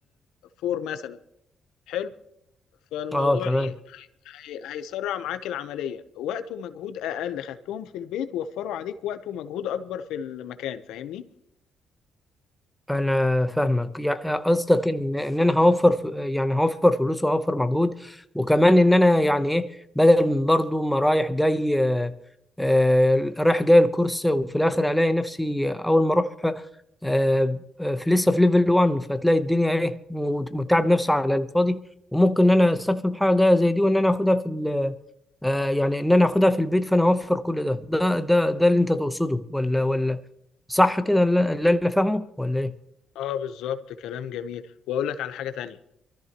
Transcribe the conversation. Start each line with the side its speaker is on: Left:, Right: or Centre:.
Left: 4 مثلا حلو فالموضوع
Centre: أه تمام
Left: ايه هي- هيسرع معاك العملية وقت ومجهود اقل خدتهم في البيت وفروا عليك وقت ومجهود اكبر في المكان فاهمني
Centre: انا فاهمك يعني قصدك ان ان انا هوفر ف- يعني هوفر فلوس وهوفر مجهود وكمان ان انا يعني ايه بدل من برضو ما رايح جاي آه، آه، رايح جاي الكورس وفي الاخر الاقي نفسي اول ما اروح آه، آه، في لسه في ليفل 1 فتلاقي الدنيا ايه متعب نفسي على الفاضي وممكن ان انا استكفي بحاجه زي دي وان انا اخدها في ال- آه، يعني ان انا اخدها في البيت فانا هوفر كل ده ده ده ده اللي انت تقصده ولا ولا صح كده اللي اللي انا فاهمه ولا ايه؟
Left: اه بالظبط كلام جميل واقول لك على حاجة تانية